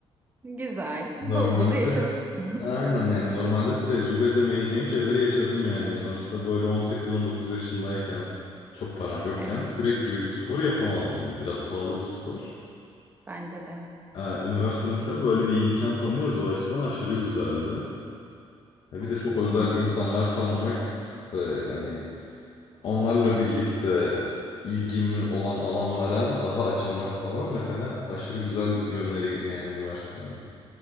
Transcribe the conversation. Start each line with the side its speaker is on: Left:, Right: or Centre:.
Right: Güzel.
Left: <laughs> Normalde
Right: Dolu dolu yaşamışsın. <laughs>
Left: aynen yani normalde tecrübe edemeyeceğim şeyleri yaşadım yani. Sonuçta böyle on sekiz on dokuz yaşındayken çok param yokken
Right: Evet.
Left: kürek gibi bir spor yapamazdım. Biraz pahalı bir spor.
Right: Bence de.
Left: Ee, üniversite mesela böyle bir imkan tanıyordu. O açıdan aşırı güzeldi. Ee,
Right: Ay
Left: bir de
Right: çok
Left: çok özel
Right: iyiymiş.
Left: insanlar tanımak ve hani onlarla birlikte ilgimi olan alanlara daha açılmak falan mesela aşırı güzel yönleriydi yani üniversitenin.